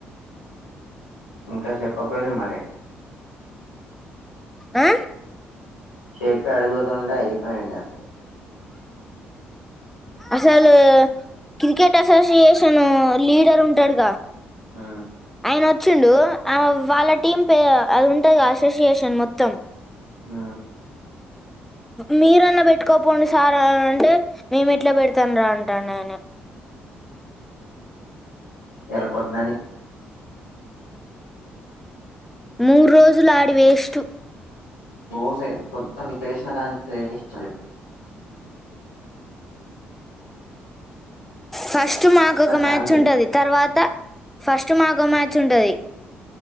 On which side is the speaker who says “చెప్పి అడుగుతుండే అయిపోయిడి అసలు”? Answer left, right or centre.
Left